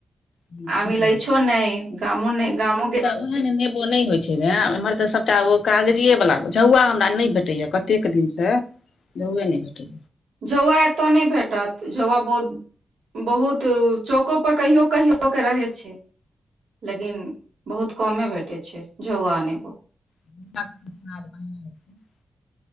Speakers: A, on the left (about 80°); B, on the right (about 80°).
A: की
B: आमील
A: करबै
B: अइछो नहि गामो नहि गामो
A: ओह ने नेबो नहि होइ छै ग एमहरऽ सबटा ओ कागजे बला झौआ हमरा नहि भेटैया क दिनसँ जौए नहि भेटै
B: झौआ एतऽ नहि भेटत झोआ बहुत बहुत चौको पर कहियो कहियो के रहे छै लेकिन बहुत कमे भेटैत छै झौआ नेबो
A: ब